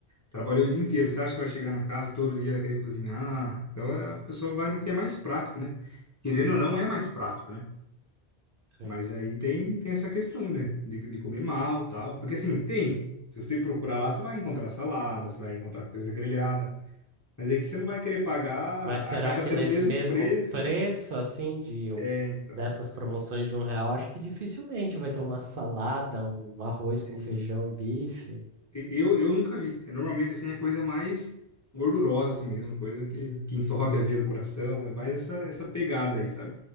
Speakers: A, on the left; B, on the right.
A: trabalhou o dia inteiro, você acha que vai chegar na casa todo dia vai querer cozinhar? Então é, a pessoa vai no que é mais prático, né? Querendo ou não, é mais prático, né?
B: Sim.
A: Mas aí tem, tem essa questão, né? De, de comer mal, tal. Porque assim, tem. Se você procurar lá, você vai encontrar salada, você vai encontrar coisa grelhada. Mas aí que você não vai querer pagar,
B: Mas será
A: acaba
B: que
A: sendo
B: nesse
A: o mesmo
B: mesmo
A: preço.
B: preço, assim, de o-
A: É, então.
B: dessas promoções de um real, acho que dificilmente vai ter uma salada, um arroz com
A: E,
B: feijão e bife,
A: e- eu, eu nunca vi. É, normalmente, assim, é coisa mais gordurosa, assim mesmo. Coisa que, que entope a veia do coração. É mais essa, essa pegada aí, sabe?